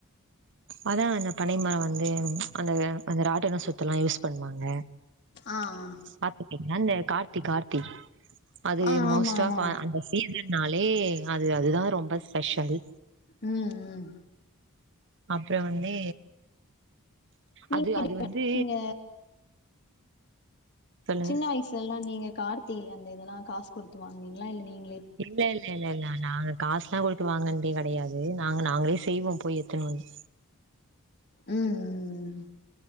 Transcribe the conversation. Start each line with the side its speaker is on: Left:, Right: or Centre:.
Right: அதா அந்த பனை மர வந்து அந்த அந்த ராட்டன சுத்தலா யூஸ் பண்ணுவாங்க
Left: ஆ ஆ
Right: சாப்புட்டீங்ளா இல்ல கார்த்தி கார்த்தி அது
Left: ஆ
Right: மோஸ்ட்
Left: ஆமா ஆமா
Right: ஆப் ஆஹ் அந்த சீச ன்டாலே அது அதுதா ரொம்ப ஸ்பெஷலு
Left: உம் உம்
Right: அப்ற வந்து
Left: நீ
Right: அது
Left: <inaudible>
Right: அது வந்து
Left: நீங்க
Right: சொல்லுங்க
Left: சின்ன வயசுலெல்லா நீங்க கார்த்திகை அந்த இதெல்லா காசு குடுத்து வாங்குனீங்ளா இல்ல நீங்
Right: இல்ல இல்ல இல்ல இல்ல நாங்க காசுலா குடுத்து வாங்கன்தே கெடையாது நாங்க நாங்களே செய்வோ போய் எட்த்துணுவந்து
Left: உம் உம் உம்